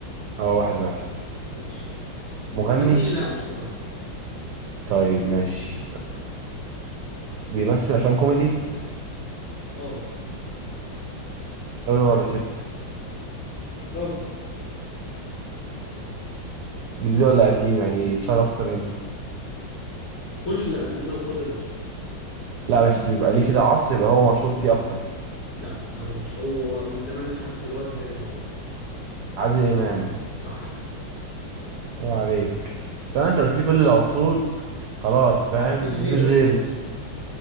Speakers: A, on the right; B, on the left.
A: اه واحد واحد
B: ماشي
A: مغني
B: مغني لا مش مغني
A: طيب ماشي بيمثل افلام كوميدي
B: اه
A: راجل ولا ست
B: راجل
A: جديد ولا قديم يعني اتشهر اكتر امتى
B: كل الازمنه وكل العصور جديد
A: لا بس يبقى ليه كده عصر يبقى هو مشهور فيه اكتر
B: لا ملوش هو من زمان لحد دلوقتي زي ما هو
A: عادل امام
B: صح
A: الله عليك طبعا انت قلت لي كل العصور خلاص فاهم
B: مفيش غيره
A: مفيش
B: في
A: غيره
B: مصر